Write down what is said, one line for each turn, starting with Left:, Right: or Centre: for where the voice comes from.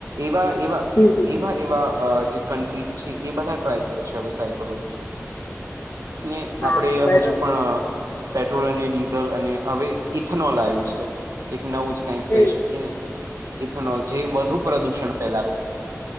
Right: એવા એવા.
Left: હમ
Right: એવા એવા જે કન્ટ્રીઝ છે એ બધા ટ્રાય કરે છે હવે સાયક્લોન. અને
Left: હા
Right: આપડે
Left: બરોબર
Right: હજુ પણ અહ પેટ્રોલ અને ડીઝલ અને હવે ઇથનોલ આયું છે, એક નવું જ કઈ
Left: હમ
Right: કહી શકીએ ને ઇથેનોલ જે વધુ પ્રદુષણ ફેલાવે છે.